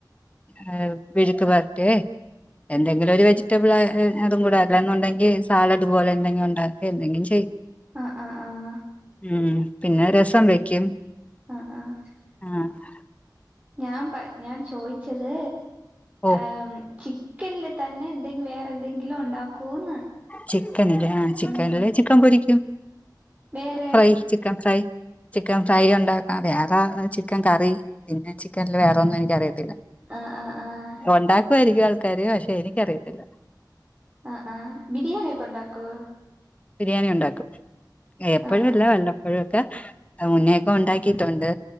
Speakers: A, on the left (about 20°); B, on the right (about 20°).
A: ഏ മെഴുക്ക് വര്ട്ടേ എന്തെങ്കിലു ഒരു വെജിറ്റബിള് എ ഏ അതും കൂടെ. അല്ലാന്നുണ്ടെങ്കി സാലഡ് പോലെ എന്തെങ്കിലും ഉണ്ടാക്കെ എന്തെങ്കിലും ചെയ്യും.
B: ആഹ് ആഹ് ആഹ്
A: ഉം പിന്നെ രസം വെയ്ക്കും.
B: അഹ് ആഹ്.
A: ആഹ്
B: ഞാൻ പ ഞാൻ ചോയിച്ചത്
A: ഓ
B: ഏ ചി ക്കൻ ല് തന്നെ എന്തെൻ വേറെ എന്തെങ്കിലും ഉണ്ടാക്കോന്ന്.
A: ചിക്കൻ ല് ആഹ് ചിക്കൻല്
B: ഉം
A: ചിക്കൻ പൊരിയ്ക്കും.
B: വേറെ
A: fry chicken fry. Chicken fry ഉണ്ടാക്കാ അറിയാ വേറെ ചിക്കൻ കറി പിന്നെ ചിക്കൻല് വേറൊന്നും എനിക്കറിയത്തില്ല.
B: ആഹ് ആഹ് ആഹ്
A: ഒണ്ടാക്കുവായിരിക്കും ആൾക്കാര് പക്ഷെ, എനിക്കറിയത്തില്ല.
B: അ ആഹ്, ബിരിയാണി ഒക്കെ ഉണ്ടാക്കോ?
A: ബിരിയാണി ഉണ്ടാക്കും. ഏപ്പൊഴു
B: ആഹ്
A: അല്ല വല്ലപ്പോഴു ഒക്കെ മുന്നേക്കെ ഉണ്ടാക്കിയിട്ടൊണ്ട്.